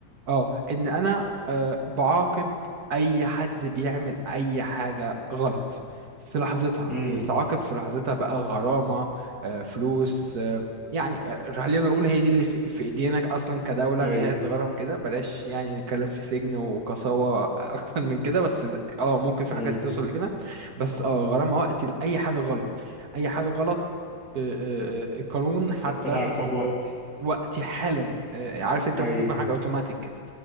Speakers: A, on the right (about 55°); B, in the centre.
A: اه ان انا آه، بعاقب اي حد بيعمل اي حاجة غلط في لحظتها
B: امم
A: يتعاقب في لحظتها بقى غرامة آه، فلوس آه، يعني آه، خلينا نقول هي دي اللي في في ايدينك اصلا كدولة
B: اي
A: ان هي تتغرم كده بلاش يعني نتكلم في سجن وقساوة <laughs> اكتر من كده بس اه ممكن في
B: امم
A: حاجات توصل لكده بس اه غرامة وقت لأي حاجة غلط اي حاجة غلط آه، آه، آه، القانون حتى
B: تحط العقاب وقتي
A: وقتي حالا آه، عارف انت
B: اي
A: ممكن حاجة اوتوماتيك كده